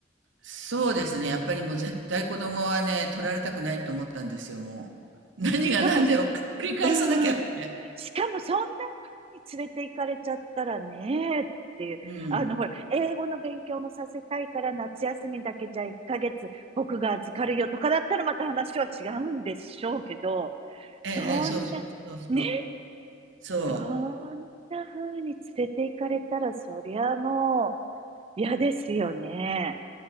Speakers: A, on the right (about 70°); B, on the right (about 30°).
A: そうですね、やっぱりもう絶対子供はね、取られたくないと思ったんですよ、もう。何が何でも繰り返さなきゃって。
B: しかもす、うんうん。しかも、そんなに連れて行かれちゃったらね、っていう。
A: うん。
B: あの、ほら、英語の勉強もさせたいから、夏休みだけじゃ1ヶ月僕が預かるよとかだったらまた話は違うんでしょうけど、
A: ええ、
B: そんな、
A: ええそうそうそうそう。
B: ね、
A: そ
B: そんな風に連れて行かれたら、そりゃもう嫌ですよね。